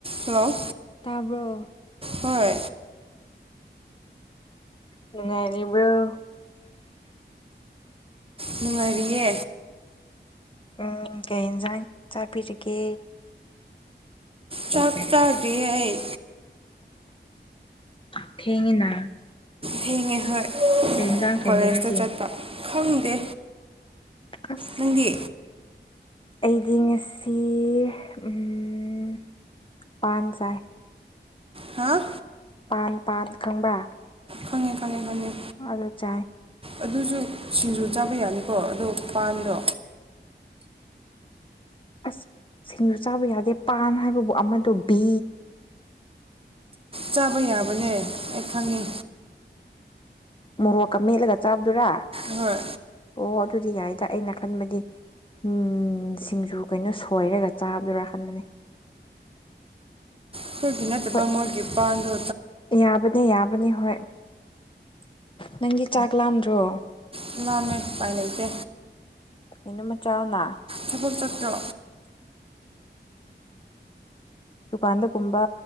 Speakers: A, on the right; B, on the left.
A: ꯍꯜꯂꯣ
B: ꯇꯥꯕ꯭ꯔꯣ
A: ꯍꯣꯏ
B: ꯅꯨꯡꯉꯥꯏꯔꯤꯕ꯭ꯔꯣ
A: ꯅꯨꯡꯉꯥꯏꯔꯤꯌꯦ
B: ꯎꯝ ꯀꯩ ꯌꯦꯟꯖꯥꯡ ꯆꯥꯕꯤꯔꯤꯒꯦ
A: ꯆꯥꯛ ꯆꯥꯗ꯭ꯔꯤꯌ‌ꯦ ꯑꯩ
B: ꯑꯣ ꯊꯦꯡꯅ
A: ꯊꯦꯡꯉꯦ ꯍꯣꯏ
B: ꯏꯟꯖꯥꯡ ꯊꯣꯡꯒꯦ
A: ꯀꯣꯂꯦꯖꯇ
B: ꯑꯗꯨꯗꯤ
A: ꯆꯠꯄ ꯈꯪꯗꯦ
B: ꯑꯁ
A: ꯅꯪꯗꯤ
B: ꯑꯩꯗꯤ ꯉꯁꯤ ꯎꯝ ꯄꯥꯟ ꯆꯥꯏ
A: ꯍꯥꯥ
B: ꯄꯥꯟ ꯄꯥꯟ ꯈꯪꯕ
A: ꯈꯪꯉꯦ ꯈꯪꯉꯦ ꯈꯪꯉꯦ
B: ꯑꯗꯥ ꯆꯥꯏ
A: ꯑꯗꯨꯁꯨ ꯁꯤꯡꯖꯨ ꯆꯥꯕ ꯌꯥꯅꯤꯀꯣ ꯑꯗꯣ ꯄꯥꯟꯗꯣ
B: ꯑꯁ ꯁꯤꯡꯖꯨ ꯆꯥꯕ ꯌꯥꯗꯦ ꯄꯥꯟ ꯍꯥꯏꯕꯕꯨ ꯑꯃꯗꯣ ꯕꯤ
A: ꯆꯥꯕ ꯌꯥꯕꯅꯦ ꯑꯩ ꯈꯪꯉꯤ
B: ꯃꯣꯔꯣꯛꯀ ꯃꯦꯠꯂꯒ ꯆꯥꯕꯗꯨꯔꯥ
A: ꯍꯣꯏ
B: ꯑꯣ ꯑꯗꯨꯗꯤ ꯌꯥꯏꯗ ꯑꯩꯅ ꯈꯟꯕꯗꯤ ꯎꯝ ꯁꯤꯡꯖꯨ ꯀꯩꯅꯣ ꯁꯣꯏꯔꯒ ꯆꯥꯕꯔꯥꯍꯟꯕꯅꯦ
A: ꯑꯩꯈꯣꯏꯒꯤ ꯅꯠꯇꯕ
B: ꯍꯣꯏ
A: ꯃꯣꯏꯒꯤ ꯄꯥꯟꯗꯣ
B: ꯌꯥꯕꯅꯦ ꯌꯥꯕꯅꯦ ꯍꯣꯏ ꯅꯪꯒꯤ ꯆꯥꯛ ꯂꯥꯝꯗ꯭ꯔꯣ
A: ꯆꯥꯂꯃ‌ꯦ ꯑ‌ꯨꯄꯥꯏ ꯂꯩꯇꯦ
B: ꯃꯤꯅꯨ‌‌ ꯃꯆꯥꯎꯅ
A: ꯊꯕꯛ ꯆꯠꯇ꯭ꯔꯣ
B: ꯗꯨꯀꯥꯟꯗꯒꯨꯝꯕ